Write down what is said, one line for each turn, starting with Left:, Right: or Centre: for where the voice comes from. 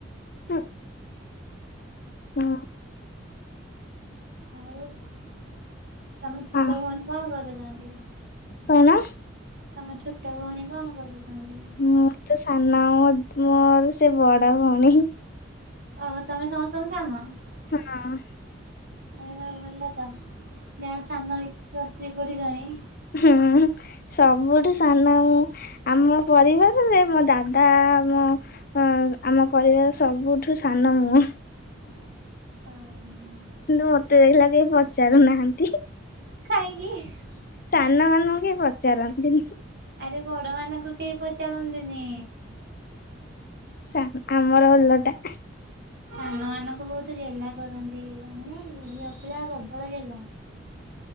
Left: ହୁଁ। ହୁଁ।
Right: ଆଉ ତମ ଛୋଟ
Left: ଆ
Right: ଭଉଣୀ କଣ କରୁଚନ୍ତି?
Left: କଣ?
Right: ତମ ଛୋଟ ଭଉଣୀ କଣ କରୁଛନ୍ତି?
Left: ମୁଁ ତ ସାନ ମୋର ସେ ବଡ ଭଉଣୀ ହିଁ।
Right: ଓହୋ ତମେ ସମସ୍ତଙ୍କଠୁ ସାନ।
Left: ନା।
Right: ଆ ଭଲତ ଯାହା ହଉ ସାନ ହେଇକି ପ୍ଲସ ଥୀରି ପଡିଲଣି।
Left: ହୁଁ ସବୁଠୁ ସାନ ମୁଁ ଆମ ପରିବାରରେ ମୋ ଦା ଦା ମୋ ଆମ ପରିବାର ସବୁଠୁ ସାନ ମୁୁଁ।
Right: ହଁ।
Left: କିନ୍ତୁ ମତେ ଦେଖିଲା ବେଳକୁ କେହି ପଚାରୁନାହାନ୍ତି।
Right: କାହିଁକି?
Left: ସାନ ମାନଙ୍କୁ କେହି ପଚାରନ୍ତିନି।
Right: ଆରେ ବଡ ମାନଙ୍କୁ କେହି ପଚାରନ୍ତିନି?
Left: ସା ଆମର ଓଲଟା।
Right: ସାନ ମାନଙ୍କୁ ବହୁତ ଗେହ୍ଲା କରନ୍ତି। ଝିଅ ପିଲା ପ୍ରବଳ ଗେହ୍ଲା।